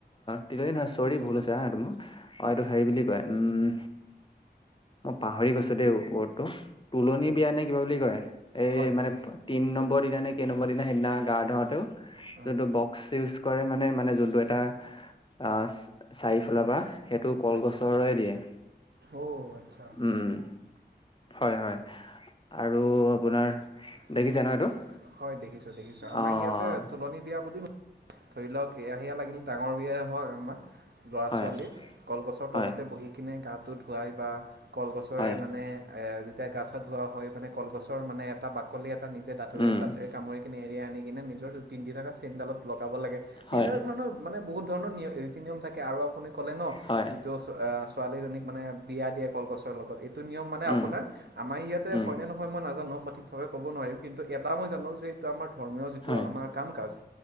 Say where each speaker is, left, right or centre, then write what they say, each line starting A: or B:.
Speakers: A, on the left; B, on the right.
A: তিলনি নহয় চৰি ভুল আছে হা এইটো অ এইটো
B: অঁ
A: হেৰি বুলি কয় উম মই পাহৰি গৈছো দেই ৱৰ্ডটো তুলনি
B: হয়
A: বিয়া নে কিবা বুলি কয়। এই
B: হয়
A: মানে
B: হয়
A: পা তিন নম্বৰ দিনা নে কেইনম্বৰ দিনা সেইদিনা গা ধুৱাওঁতেও
B: হয়
A: যোনটো বক্স ইউজ কৰে মানে মানে যোনটো এটা আ, চ-চাৰিফলা বাঁহ। সেইটো কলগছৰৰে
B: হয়
A: দিয়ে,
B: অ' আচ্ছা
A: উম। হয় হয়, আৰু আপোনাৰ
B: হয়
A: দেখিছে ন এইটো?
B: হয় দেখিছোঁ দেখিছোঁ আমাৰ
A: অ'
B: ইয়াতে তুলনি বিয়া বুলি ধৰি লওক কেয়হীয়া লাগিল ডাঙৰ বিয়া হয় আমাৰ ল'ৰা
A: হয়,
B: ছোৱালী, কলগছৰ
A: হয়,
B: তলতে বহি কিনে গাটো ধুৱাই বা কলগছৰে
A: হয়,
B: মানে এ যেতিয়া গা চা ধুৱা হয় মানে কলগছৰ মানে এটা বাকলি এটা নিজে দাঁতৰে
A: উম,
B: দাঁতেৰে কামুৰি নেৰি আনি কিনে নিজৰ পিন্ধি থকা চেনডালত লগাব লাগে, সেনেধৰণৰ
A: হয়,
B: মানে বহুত ধৰণৰ নিয় ৰীতি নিয়ম থাকে আৰু আপুনি ক'লে ন,
A: হয়,
B: যিটো অ ছোৱালীজনীক মানে বিয়া দিয়ে কলগছৰ লগত টো নিয়ম মানে
A: উম,
B: আপোনাৰ আমাৰ ইয়াতে
A: উম,
B: হয়নে নহয় মই নাজানো সঠিক ক'ব নোৱাৰিম কিন্তু এটা মই জানো যে এইটো আমাৰ ধৰ্মীয় যিটো
A: হয়,
B: আমাৰ কাম কাজ